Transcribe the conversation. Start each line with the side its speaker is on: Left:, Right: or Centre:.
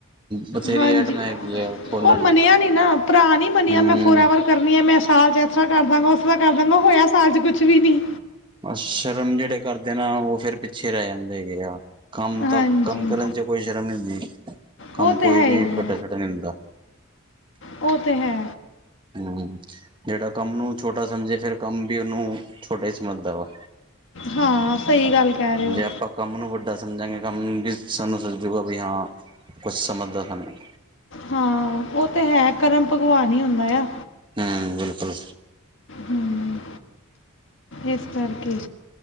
Right: ਬਥੇਰੀ
Left: ਹਾਂਜੀ,
Right: ਐਟਮ ਹੈਗੀ ਆ ਖੋਲਣ
Left: ਉਹ
Right: ਨੂੰ
Left: ਮੰਨਿਆ ਨੀ ਨਾ, ਭਰਾ ਨੀ ਮੰਨਿਆ
Right: ਹੂੰ
Left: ਮੈਂ ਫੋਰ ਐਵਰ ਕਰਨੀ ਆ ਮੈਂ। ਸਾਲ ਚ ਇਸ ਤਰ੍ਹਾਂ ਕਰ ਦਾਂਗਾ, ਉਸ ਤਰ੍ਹਾਂ ਕਰਦਾਂਗਾ ਹੋਇਆ ਸਾਲ ਚ ਕੁਛ ਵੀ ਨੀ।
Right: ਬਸ ਸ਼ਰਮ ਜਿਹੜੇ ਕਰਦੇ ਨੇ। ਹਾ, ਉਹ ਫੇਰ। ਚਿਰ ਆਂਦੇ ਗਿਆ ਆ। ਕੰਮ
Left: ਹਾਂਜੀ
Right: ਤਾਂ, ਕੰਮ ਕਰਨ ਚ ਕੋਈ ਸ਼ਰਮ ਨਹੀਂ ਹੁੰਦੀ। ਕੰਮ
Left: ਉਹ
Right: ਕੋਈ
Left: ਤੇ ਹੈ
Right: ਵੀ
Left: ਹੀ ਹੈ
Right: ਵੱਡਾ- ਛੋਡਾ ਨਹੀਂ ਹੁੰਦਾ।
Left: ਉਹ, ਤੇ ਹੈ।
Right: ਹੂੰ। ਜਿਹੜਾ ਕੰਮ ਨੂੰ ਛੋਟਾ ਸਮਝੇ ਫਿਰ ਕੰਮ ਵੀ ਉਹਨੂੰ ਛੋਟਾ ਹੀ ਸਮਝਦਾ ਵਾ
Left: ਹਾਂ, ਸਹੀ ਗੱਲ ਕਹਿ ਰਹੇ
Right: ਜੇ
Left: ਹੋ।
Right: ਆਪਾਂ ਕੰਮ ਨੂੰ ਵੱਡਾ ਸਮਝਾਂਗੇ ਕੰਮ ਵੀ ਸਾਨੂੰ ਸਜੂਗਾ ਵੀ ਹਾਂ ਕੁਛ ਸਮਝਦਾ ਸਾਨੂੰ
Left: ਹਾਂ, ਉਹ ਤੇ ਹੈ। ਕਰਮ- ਭਗੱਵਾਨ ਹੀ ਹੁੰਦਾ ਆ।
Right: ਹੂੰ ਬਿਲਕੁਲ
Left: ਹੂੰ। ਇਸ ਕਰਕੇ।